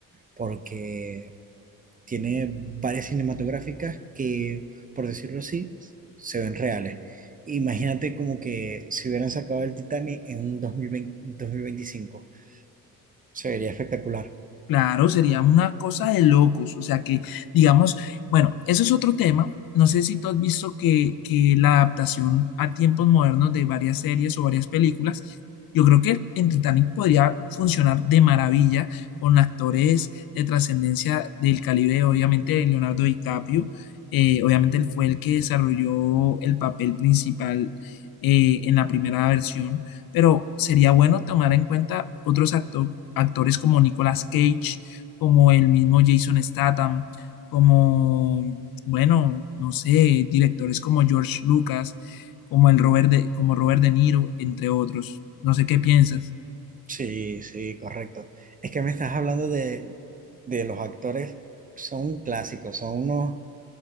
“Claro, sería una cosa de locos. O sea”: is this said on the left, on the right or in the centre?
Left